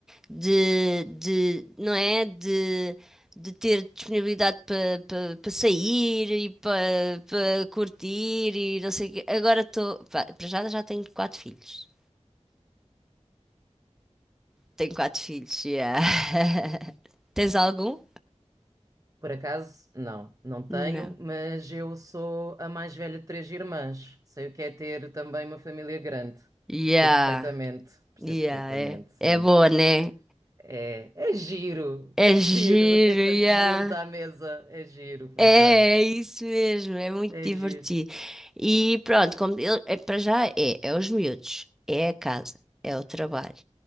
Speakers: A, in the centre; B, on the right.
A: de, de, não é? De, de ter disponibilidade para pa, pa- pa sair e para pa curtir e não sei o quê. Agora estou. Para já, já tenho quatro filhos. Tenho quatro filhos, yeah. <laughs> Tens algum?
B: Por acaso, não, não tenho,
A: Não.
B: mas eu sou a mais velha de três irmãs. Sei o que é ter também uma família grande.
A: Yeah,
B: Percebo perfeitamente, percebo
A: yeah,
B: perfeitamente,
A: é,
B: sim.
A: é boa, né?
B: É, é giro,
A: É
B: é
A: giro,
B: giro. <laughs> É quando
A: yeah.
B: se junta à mesa, é giro, por
A: É, é
B: acaso.
A: isso mesmo, é muito
B: É
A: divertido.
B: giro.
A: E pronto, como ele- é, para já é, é os miúdos, é a casa, é o trabalho.